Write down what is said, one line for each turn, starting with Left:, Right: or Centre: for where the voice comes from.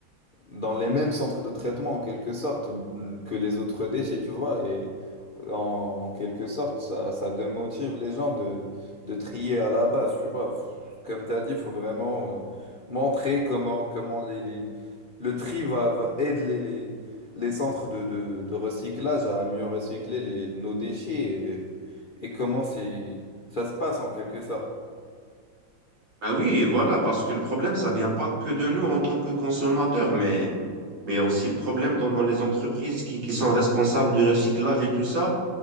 Left: dans les mêmes centres de traitement en quelque sorte que les autres déchets, tu vois. Et en, en quelque sorte, ça, ça démotive les gens de, de trier à la base, tu vois. F- Comme tu as dit, il faut vraiment euh, montrer comment, comment les, les- le tri va, va- aide les, les, les centres de, de, de recyclage à mieux recycler les, nos déchets et, et comment c'est, ça se passe en quelque sorte.
Right: Ben oui, et voilà, parce que le problème, ça vient pas que de nous en tant que consommateurs, mais, mais il y a aussi le problème dans, dans les entreprises qui, qui sont responsables du recyclage et tout ça.